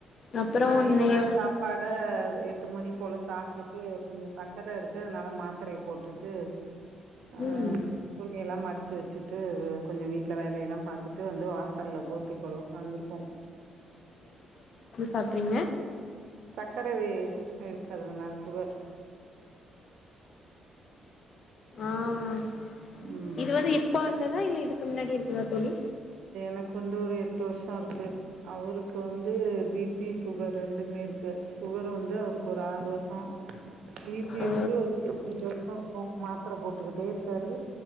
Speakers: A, on the left; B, on the right.
A: அப்றோ
B: நா
A: இன்னைய
B: இருந்த சாப்பாட எட்டு மணி போல சாப்டுட்டு கொஞ்சோ சக்கர இருக்கு த நல்ல மாத்தரய போட்டுட்டு ஆ
A: ம்
B: துணியெல்லாம் மடு மடிச்சி வச்சிட்டு கொஞ்ச வீட்ல வேலயெல்லா பாத்துட்டு வந்து வாசல்ல போட்டிகோல வந்து உக்காந்துருக்கோ
A: பாக்றிங்க
B: சக்கரவே இருகுறதனால சுகர்
A: ஆ
B: ம்
A: இது வந்து இப்ப வந்த தா இல்ல இதுக்கு முன்னாடியே இருக்குதா தோழி
B: எனக்கு வந்து ஒரு எட்டு வருஷொ இருக்கு அவருக்கு வந்து பி பி சுகர் ரெண்டுமே இருக்கு சுகர் வந்து அவருக்கு ஒரு ஆறு வருஷொ பி பி
A: ஓ
B: வந்து ஒரு இருவத்தஞ்சு வரு ஷொ இருக்கு மாத்திர போட்டுகிட்டே இருக்காரு